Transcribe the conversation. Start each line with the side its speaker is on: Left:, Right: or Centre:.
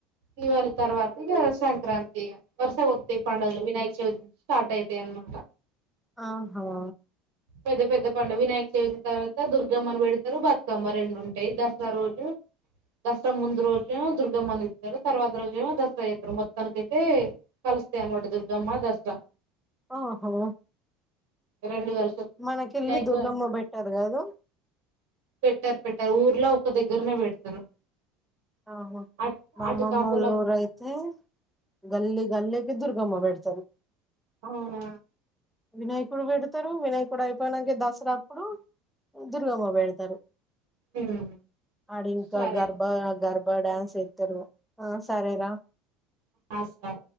Right: దివాళి తర్వాత ఇగ సంక్రాంతి ఇగ వరుస వొత్తాయి పండుగలు వినాయక చవితి నుంచి స్టార్ట్ అయితాయి అన్మట
Centre: ఆహా
Right: పెద్ద పెద్ద పండుగ వినాయక చవితి తర్వాత దుర్గమ్మను పెడతారు బతుకమ్మ రెండు ఉంటాయి దసరా రోజు దసరా ముందు రోజు దుర్గమ్మను తిత్తారు తర్వాత రోజు ఏమో దసరా చెత్తరు మొత్తానికై తే వస్తాయి అన్మట దుర్గమ్మ దసరా
Centre: ఓహో
Right: రెండు కలిసి వస్తాయి.
Centre: మనకెళ్ళి
Right: వినాయక
Centre: దుర్గమ్మ పెట్టరు కాదు
Right: పెట్టారు పెట్టారు ఊర్ల ఒక దగ్గరనే పెడతారు
Centre: ఆహా
Right: అట్
Centre: మా
Right: అటు
Centre: అమ్మమ్మ
Right: కాపుల
Centre: వొళ్ళ ఊరయితే గల్లి గల్లికి దుర్గమ్మ పెడతరు
Right: అవున
Centre: వినాయకుడు పెడతారు వినాయకుడు అయిపోయినక దసరా అప్పుడు దుర్గమ్మ పెడతారు
Right: ఉమ్.
Centre: అడ ఇంకా
Right: సరే
Centre: గర్బ గర్భ డ్యాన్స్ ఎతారు ఆ సరేరా
Right: ఆ సర